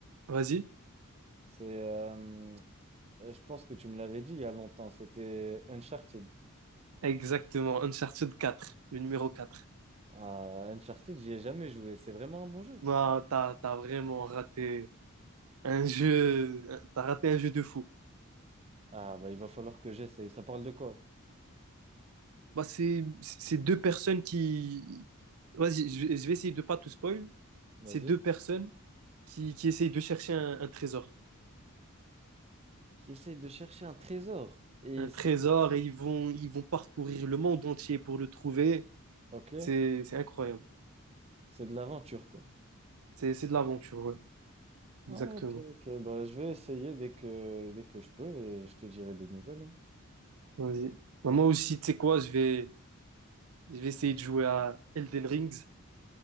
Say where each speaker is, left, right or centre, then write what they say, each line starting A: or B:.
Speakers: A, on the right; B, on the right.
A: vas-y,
B: C'est euh, euh, je pense que tu me l'avais dit il y a longtemps, c'était Uncharted.
A: exactement Uncharted quatre le numéro quatre
B: Ah, Uncharted, j'y ai jamais joué. C'est vraiment un bon jeu.
A: Non, t'as, t'as vraiment raté un jeu, t'as raté un jeu de fou.
B: Ah, bah, il va falloir que j'essaye. Ça parle de quoi?
A: Bah, c'est, c'est deux personnes qui, vas-y, je vais je vais essayer de pas tout spoil.
B: Vas-y.
A: C'est deux personnes qui, qui essayent de chercher un, un trésor,
B: Qui essaye de chercher un trésor. Et
A: un trésor
B: c'est...
A: et ils vont, ils vont parcourir le monde entier pour le trouver.
B: Ok,
A: C'est, c'est incroyable.
B: c'est de l'aventure, quoi.
A: C'est, c'est de l'aventure, ouais, exactement.
B: Ah, ok, ok. Bah, je vais essayer dès que, dès que je peux et je te dirai des nouvelles. hein.
A: Vas-y. Bah, moi aussi, tu sais quoi, je vais, je vais essayer de jouer à Elden Rings